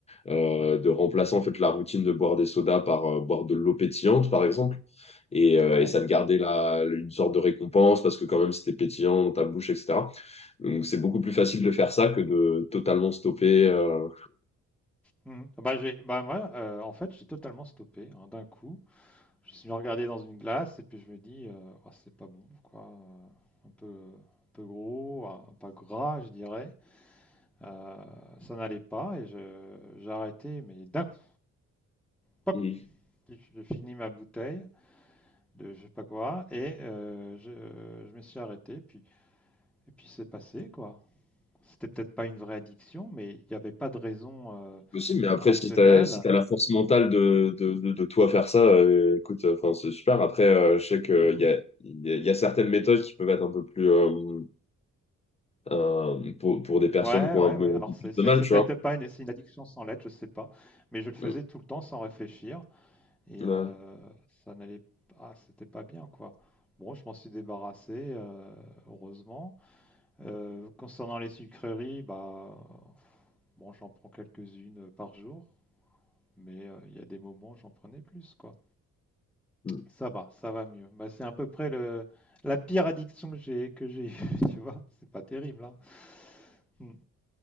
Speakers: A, on the left (about 20°); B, in the centre.
A: euh,
B: mhm,
A: de remplacer en fait la routine de boire des sodas par euh, boire de l'eau pétillante, par exemple. Et, euh,
B: Ouais.
A: et ça te gardait la, une sorte de récompense parce que quand même c'était pétillant dans ta bouche, etc. Donc c'est beaucoup plus facile de faire ça que de totalement stopper. euh,
B: mhm. Bah, j'ai, bah, moi, euh, en fait, j'ai totalement stoppé hein, d'un coup. Je me suis regardé dans une glace et puis je me dis, euh, Oh, c'est pas bon, quoi. euh, Un peu, un peu gros, un- pas gras, je dirais. Euh, ça n'allait pas et je- j'ai arrêté, mais d'un coup, pop,
A: <laughs>
B: je finis ma bouteille de je sais pas quoi et euh, je, je me suis arrêté. Puis, et puis c'est passé quoi. C'était peut-être pas une vraie addiction, mais il n'y avait pas de raison euh,
A: Possible, mais après,
B: rationnelle.
A: si t'as, si t'as la force mentale de, de, de, de toi faire ça, euh, écoute, euh, enfin, c'est super. Après, euh, je sais qu'il
B: Mhm.
A: y a, y a, y a certaines méthodes qui peuvent être un peu plus euh, euh, pour, pour des personnes
B: Ouais,
A: qui ont
B: ouais,
A: un peu,
B: ouais.
A: un
B: Alors
A: peu
B: c'est
A: plus
B: c'est-
A: de mal,
B: c'est
A: tu
B: peut-être
A: vois.
B: pas une, c'est une addiction sans lettre, je sais pas, mais je le faisais
A: Mm.
B: tout le temps sans réfléchir et
A: Ouais.
B: euh, ça n'allait pas, c'était pas bien quoi. Bon, je m'en suis débarrassé, euh, heureusement. Euh, concernant les sucreries, bah, bon, j'en prends quelques-unes euh, par jour, mais euh, il y a des moments où j'en prenais plus, quoi.
A: Mm.
B: Ça va, ça va mieux. Bah, c'est à peu près le, la pire addiction que j'ai, que j'ai eue, <laughs> tu vois. C'est pas terrible, hein. Hmm.